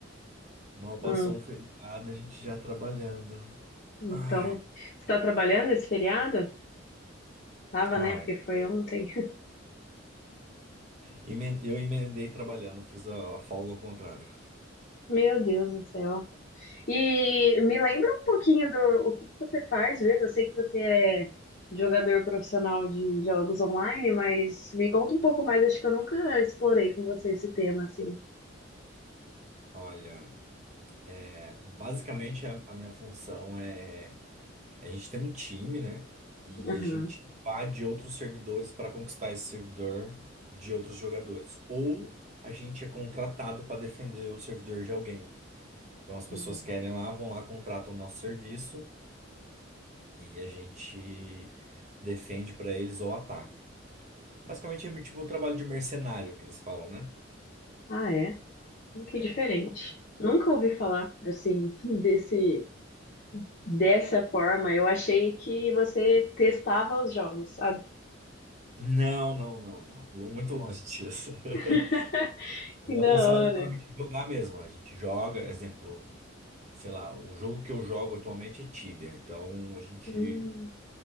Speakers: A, on the right (about 40°); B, on the left (about 50°).
A: Mal passou
B: Hum,
A: um feriado, a gente já trabalhando.
B: então,
A: Ai,
B: você está trabalhando esse feriado? Tava,
A: ai.
B: né? Porque foi ontem. <laughs>
A: Emen- Eu emendei trabalhando, fiz a a folga ao contrário.
B: Meu Deus do céu. E me lembra um pouquinho do o que que você faz mesmo. Eu sei que você é jogador profissional de jogos online, mas me conta um pouco mais. Acho que eu nunca explorei com você esse tema assim.
A: Olha, é, basicamente a, a minha função é. é A gente tem um time, né? E
B: Uhum.
A: a gente invade outros servidores para conquistar esse servidor de outros jogadores. Ou a gente é contratado para defender o servidor de alguém. Então as pessoas
B: uhum.
A: querem lá, vão lá, contratam o nosso serviço e a gente defende pra eles ou ataca. Basicamente é tipo o trabalho de mercenário que eles falam, né?
B: Ah, é? Que
A: É.
B: diferente. Nunca ouvi falar assim <laughs> desse Dessa forma, eu achei que você testava os jogos, sabe?
A: Não, não, não, não. Lu- Muito longe disso. <laughs>
B: <laughs>
A: A
B: Que
A: minha
B: da
A: função
B: hora.
A: é literalmente jogar mesmo. A gente joga, exemplo, sei lá, o jogo que eu jogo atualmente é Tibia. Então a gente
B: Hum,